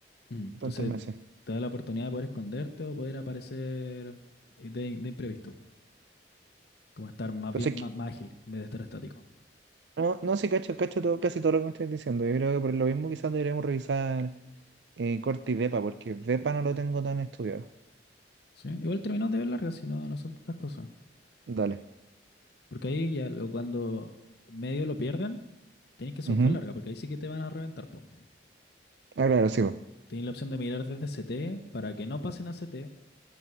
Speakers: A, on the left; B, on the right.
A: Mm, Entonces
B: plantearme así.
A: te da la oportunidad de poder esconderte o poder aparecer eh, de, de imprevisto, como estar más
B: Pero
A: bien,
B: sí
A: más,
B: que,
A: más ágil en vez de estar estático.
B: no, no sí, cacho, cacho todo, casi todo lo que me estáis diciendo. Yo creo que por lo mismo quizás deberíamos revisar eh, Corte y Depa, porque Depa no lo tengo tan estudiado.
A: ¿Sí? Igual terminó de ver largas, si no, no son tantas cosas.
B: Dale.
A: Porque ahí ya lo- cuando medio lo pierden, tenés que soltar
B: Ujú.
A: larga, porque ahí sí que te van a reventar, po.
B: Ah, claro, sí, po.
A: Tenés la opción de mirar desde CT para que no pasen a CT